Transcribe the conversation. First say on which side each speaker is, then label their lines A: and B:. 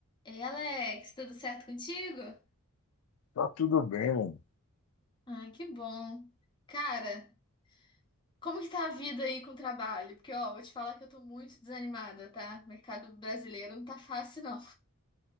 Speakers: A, on the left; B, on the left.
A: Ei, Alex, tudo certo contigo?
B: Tá tudo bem, mano.
A: Ah, que bom. Cara, como que tá a vida aí com o trabalho? Porque, ó, vou te falar que eu tô muito desanimada, tá? O mercado brasileiro não tá fácil, não.